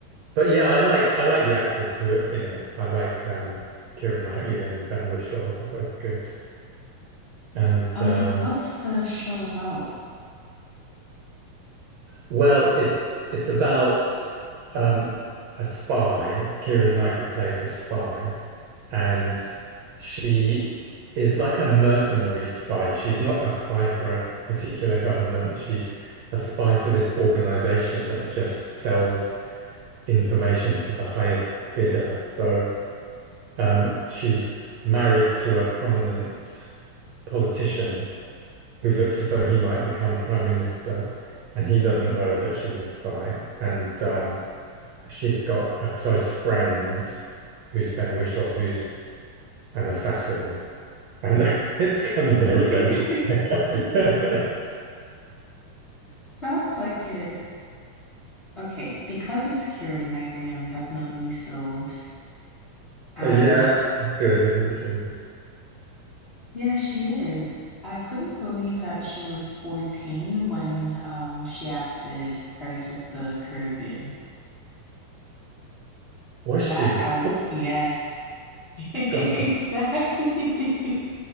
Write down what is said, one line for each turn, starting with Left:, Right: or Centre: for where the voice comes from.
Right: but yeah, I like I like the actors who are in it. I like um Keira Knightley and Ben Whishaw. They're both good. And
Left: Um,
Right: uh
Left: what's the show about?
Right: Well, it's it's about um, a spy. Keira Knightley plays a spy, and she is like a mercenary spy. She's not a spy for a particular government. She's a spy for this organization that just sells information to the highest bidder. So um, she's married to a prominent politician who looks as though he might become prime minister, and he doesn't know that she's a spy. And um, she's got a close friend who's Ben Whishaw, who's an assassin. And <laughs> it's kind of their
Left: <laughs>
Right: adventures. <laughs>
Left: Sounds like it. Okay, because it's Keira Knightley, I'm definitely sold. And
Right: Yeah, good, isn't she?
Left: yeah, she is. I couldn't believe that she was 14 when um she acted Pirates of the Caribbean.
Right: Was she?
Left: That I
Right: Oh,
Left: yes. <laughs> Exactly.
Right: God.
Left: <laughs>